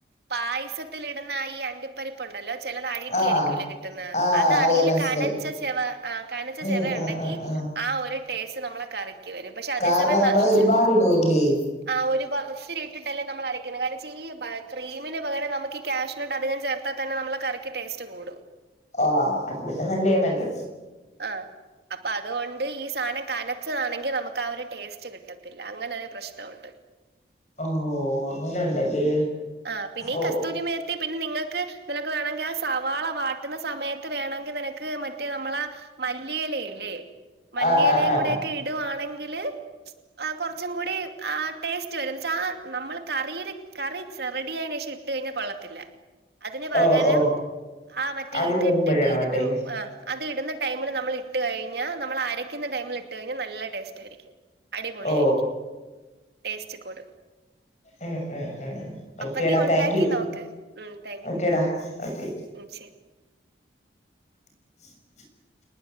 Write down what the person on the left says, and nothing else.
ആഹ്
ആഹ്
അറിയാം മനസ്സിലായി
ഉം
ഉം
ഉം ഉം
കാരണം
നമ്മൾ
ഒരുപാട് ഇടുവല്ലേ
ഓഹ് അത് പിന്നെ നല്ലെണല്ലോ
ഓഹ് അങ്ങിനെ ഉണ്ടല്ലേ
ഓ
ആ ആ ആ ആ
ഓ ഓ
അതിന്
മുമ്പ്
ഇടണം
അല്ലേ
ഓ
ഉം ഉം ഉം ഓക്കെടാ
താങ്ക് യു
ഓക്കെടാ
ഓക്കെ
<inaudible>